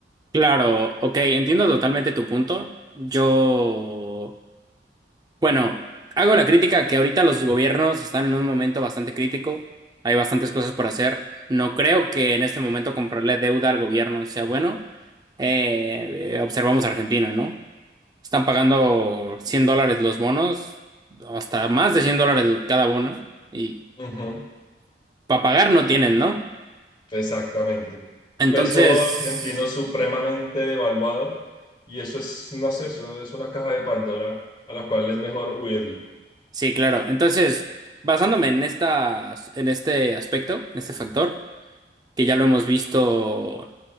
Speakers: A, on the right; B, on the left.
A: Claro, ok, entiendo totalmente tu punto. Yo Bueno, hago la crítica que ahorita los gobiernos están en un momento bastante crítico, hay bastantes cosas por hacer. No creo que en este momento comprarle deuda al gobierno sea bueno. Eh, eh, observamos Argentina, ¿no? Están pagando 100 dólares los bonos, hasta más de 100 dólares cada bono, y
B: Ujú,
A: para pagar no tienen, ¿no?
B: exactamente.
A: Entonces,
B: El peso argentino supremamente devaluado y eso es, no sé, eso es una caja de Pandora a la cual es mejor huirle.
A: sí, claro. Entonces, basándome en esta, en este aspecto, en este factor, que ya lo hemos visto.